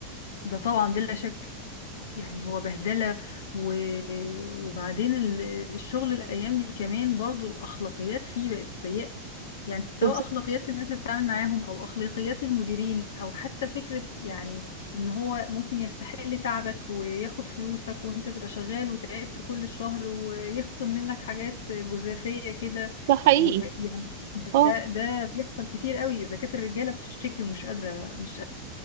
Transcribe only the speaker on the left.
ده طبعا بلا شك يعني هو بهدله و... وبعدين ال- الشغل الايام دي كمان برضو الاخلاقيات فيه بقت سيئه يعني سواء
اخلاقيات الناس اللي بتتعامل معاهم او اخلاقيات المديرين او حتى فكره يعني ان هو ممكن يستحل تعبك وياخد فلوسك وانت تبقى شغال وتعبت كل الشهر ويخصم منك حاجات جزافيه كده
ويعني ده
ده بيحصل كتير قوي اذا كانت الرجاله بتشتكي ومش قادره مش